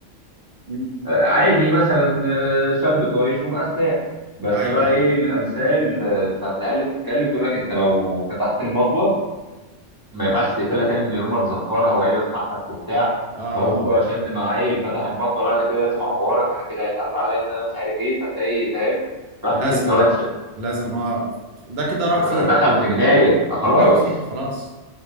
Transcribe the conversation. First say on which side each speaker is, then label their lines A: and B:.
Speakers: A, on the right; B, on the right.
A: مم.
B: آه، عادي مثلا آه، شاب طايش ومعاه سلاح بس
A: ايوه
B: بقى
A: ايوه
B: ايه الامثال آه، بتاعت العيال اللي بتتكلم تقول لك انت لو فتحت المطوه ما ينفعش تقفلها تاني من غير ما تزفرها وقايله في حقك وبتاع
A: اه
B: فهوب شد معايل فتح المطوه لا انا كده لازم اعورك انا كده هيتقال عليا ان انا مش عارف ايه فتلاقي فاهم راح
A: لازم
B: في سكه وحشه
A: لازم اه ده كده راح
B: آه،
A: فيها
B: دخل في جنايه آه، خلاص
A: راح فيها خلاص